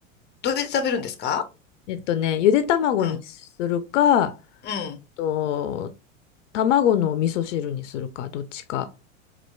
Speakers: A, on the left; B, on the left.
A: どうやって食べるんですか
B: えっとね、ゆで卵にするか、
A: うん、うん。
B: と、卵の味噌汁にするか、どっちか。